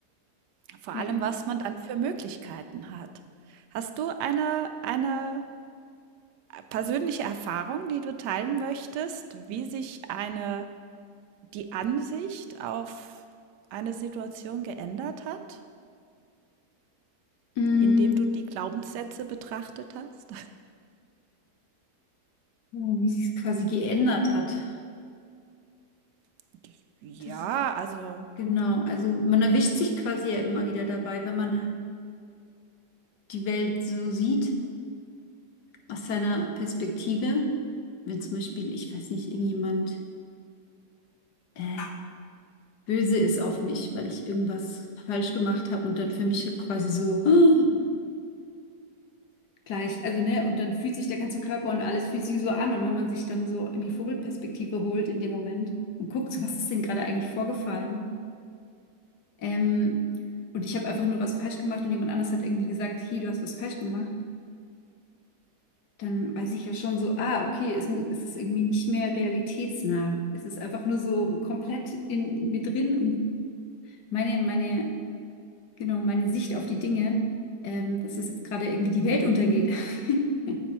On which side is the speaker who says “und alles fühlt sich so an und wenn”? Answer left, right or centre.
Left